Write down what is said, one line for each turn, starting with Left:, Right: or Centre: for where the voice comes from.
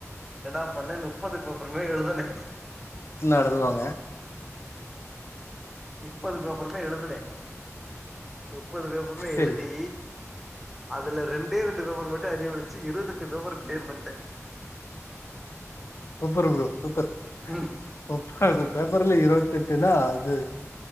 Centre: ஏதா பண்ணே னு முப்பது பேப்பருமே எழுதுன
Left: எழுதுவாங்க
Centre: முப்பது பேப்பருமே எழுதுனே முப்பது பேப்பருமே
Left: சேரி
Centre: எழுதி அதுல ரெண்டே ரெண்டு பேப்பர் மட்டும் அரியர் வச்சி இருபத்தெட்டு பேப்பர் கிளியர் பண்ட்டே
Left: சூப்பர் ப்ரோ சூப்பர்
Centre: ம்
Left: முப்பது பேப்பர்ல இருவத்தெட்டுனா அது